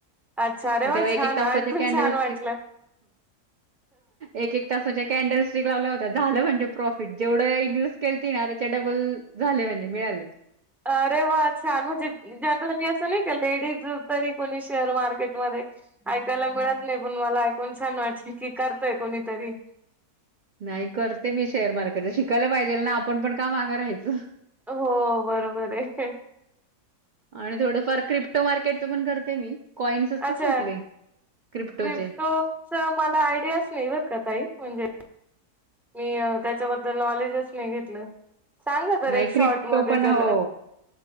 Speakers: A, in the centre; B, on the right.
A: अच्छा अरे
B: मग
A: वा
B: तेव्हा एक
A: छान
B: एक तासाचे
A: ऐकून
B: कॅन्डल
A: छान
B: स्टिक
A: वाटलं
B: एक एक तासाच्या कॅन्डल स्टिक लावल्या होत्या झालं म्हणजे. प्रॉफिट जेवढं इन्व्स्ट केलतं ना त्याच्या डबल झालं म्हणजे मिळाले.
A: अरे! वा! छान! ! म्हणजे जनरली असं नाही का लेडीज तरी कोणी शेअर मार्केटमध्ये ऐकायला मिळत नाही पण मला ऐकून छान वाटलं की करतंय कोणीतरी?
B: नाही करते मी शेअर मार्केट शिकायला पाहिजेल ना आपण पण का मागं राहायचं
A: हो बरोबर आहे.
B: आणि थोडंफार क्रिप्टो मार्केटचं पण करते मी कॉइन्स असतात
A: अच्छा
B: ना आपले क्रिप्टोचे
A: क्रिप्टोच मला आयडियाच नाही बर का ताई म्हणजे मी त्याच्याबद्दल नॉलेजच नाही घेतलं. सांगा तर
B: नाही
A: एक शॉर्ट
B: क्रिप्टो
A: मध्ये
B: पण
A: जर
B: हो